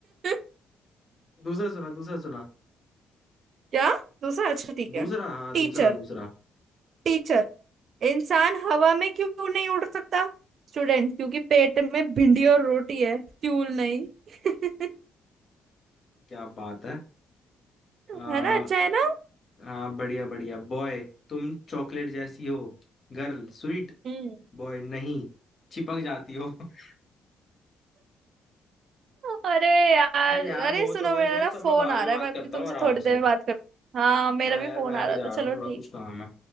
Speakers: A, on the right; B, on the left.
A: <laughs>
B: दूसरा सुना दूसरा सुना
A: क्या दूसरा अच्छा ठीक है
B: दूसरा हाँ
A: टीचर
B: दूसरा दूसरा
A: टीचर इंसान हवा में क्यों नहीं उड़ सकता स्टूडेंट क्योंकि पेट में भिंडी और रोटी है फ्यूल नहीं <laughs>
B: क्या बात है आ,
A: है ना अच्छा है ना
B: हाँ बढ़िया बढ़िया बॉय तुम चॉकलेट जैसी हो Girl sweet
A: हम्म
B: बॉय नहीं चिपक जाती हो <laughs>
A: अरे यार
B: चल यार
A: अरे
B: बहुत
A: सुनो
B: हो गए
A: मेरा
B: जोक
A: ना
B: सब
A: फोन
B: मैं बाद
A: आ
B: में
A: रहा
B: बात
A: है मैं
B: करता
A: अभी तुमसे
B: हूँ आराम
A: थोड़ी देर
B: से
A: में बात कर हाँ मेरा
B: हाँ
A: भी
B: यार
A: फोन
B: मैं
A: आ
B: अभी
A: रहा
B: जा
A: था चलो
B: रहा हूँ थोड़ा
A: ठीक
B: कुछ काम है